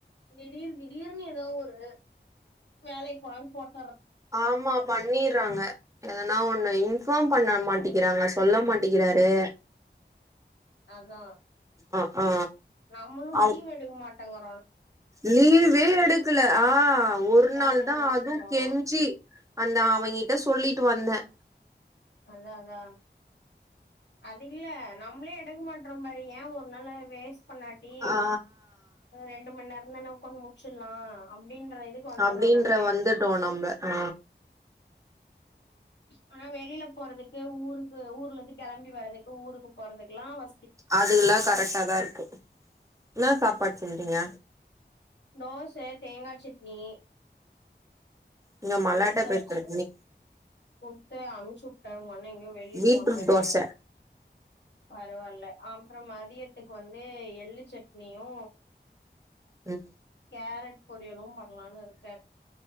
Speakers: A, on the left (about 70°); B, on the right (about 15°).
A: திடீர் திடீர்னு ஏதோ ஒரு வேலைக் போலான் போட்
B: ஆமா பண்ணிட்றாங்க எதனா ஒண்ணு இன்ஃபார்ம் பண்ண மாட்டிக்கிறாங்க சொல்ல மாட்டிக்கிறாரு
A: அதா
B: ஆ ஆ
A: நம்மளு
B: அவ்
A: லீவ் எடுக்க மாட்டாங்கோ
B: லீவே எடுக்கல ஆ ஒரு
A: வேலைய
B: நாள் தா
A: முடிச்சுக்கிறோ
B: அதுவு கெஞ்சி அந்த அவங் கிட்ட சொல்லிட்டு வந்த
A: அதா அதா அதில்ல நம்ளே எடுக்க மாட்றோ பாரு ஏ ஒரு நாள வேஸ் ட் பண்ணாட்டி
B: ஆ
A: ரெண்டு மண் நேரந் தான உக்காந்து மு டிச்சிர்லா அப்டின்ற இதுக்கு வந்துடுறோ
B: அப்டின்ற
A: நம்ளே
B: வந்துட்டோ நம்ப ஆ
A: ஆனா வெளில போறதுக்கு ஊருக்கு ஊர்ல இருந்து கெளம்பி வரறதுக்கு ஊருக்கு போறதுக்குல்லா வ
B: அதுகல்லா கரெக்டாதா இருக்கு என்னா சாப்பாடு செஞ்சிங்க
A: தோச தேங்கா சட்னி
B: இங்க மல்லாட்ட
A: முட்ட
B: பயிர்
A: அவிச்ச
B: சட்னி
A: குடுத்து அனுப்ச்சு அவரு எங்கயோ வெளிய
B: பீட்ரூட்
A: போனாரு
B: தோச
A: பரவால்ல அப்ற மதியத்துக்கு வந்து எள்ளு சட்னியு
B: ம்
A: கேரட் பொரியலு பண்லானு இருக்க